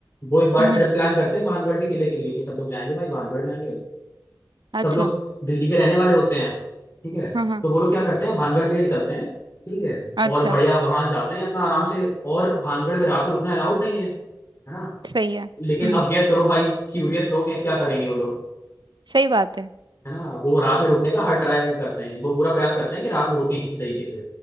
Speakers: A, on the left; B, on the right.
A: वो एक बार
B: हम्म
A: ट्रिप
B: हम्म,
A: प्लान करते हैं भानगढ़ के किले के लिए कि सब लोग जाएंगे भाई भानगढ़ जाएंगे
B: अच्छा
A: सब लोग दिल्ली के रहने वाले होते हैं ठीक है
B: हाँ हाँ
A: तो वो लोग क्या करते हैं भानगढ़ के लिए निकलते हैं ठीक है
B: अच्छा
A: और बढ़िया वहां जाते हैं अपना आराम से और भानगढ़ में रात में रुकना अलाउड नहीं है है ना
B: सही है
A: लेकिन
B: हम्म
A: अब गेस करो भाई क्यूरियस लोग हैं क्या करेंगे वो लोग
B: सही बात है
A: है ना वो रात में रुकने का हर ट्राई करते हैं वो पूरा प्रयास करते हैं कि रात में रुकें किसी तरीके से